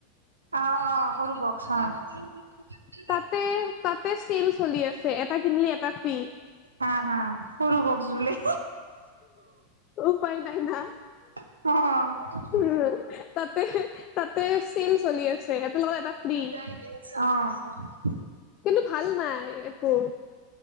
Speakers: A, on the right; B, on the left.
A: অ' - অ' সৰু ব অ'।
B: তাতে- তাতে ছেল চলি আছে। এটা কিনলি এটা ফ্ৰী।
A: হা - হা, সৰু হক বুলি।
B: উপায় নাই না।
A: অ'।
B: উম তাতে- তাতে ছেল চলি আছে।
A: অ'।
B: লগত এটা ফ্ৰী কিন্তু ভাল নাই একো।